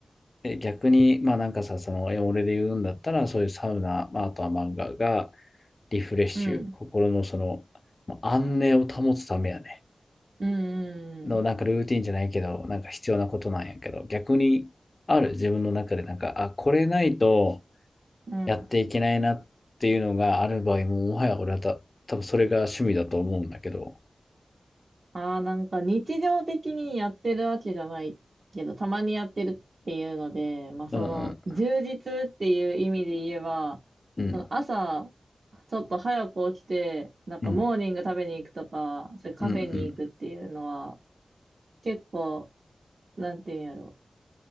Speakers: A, on the left; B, on the right.
A: え、逆に、まあなんかさ、その、え俺で言うんだったら、そういうサウナ、まあ、あとは漫画がリフレッシュ、
B: うん、
A: 心のその、まあ安寧を保つためやね。
B: うん、
A: の、なんかルーティンじゃないけど、なんか必要なことなんやけど、逆にある自分の中で、なんか、あ、これないと
B: うん。
A: やっていけないなっていうのがある場合も、もはや俺はた、多分それが趣味だと思うんだけど、
B: ああ、なんか日常的にやってるわけじゃないけど、たまにやってるっていうので、まあその充実っていう意味で言えば、
A: うんうん、うん、
B: その朝、ちょっと早く起きて、なんかモーニング食べに行くとか、
A: うん、
B: それカフェに行くっていうのは、
A: うん、うん、
B: 結構、なんていうんやろ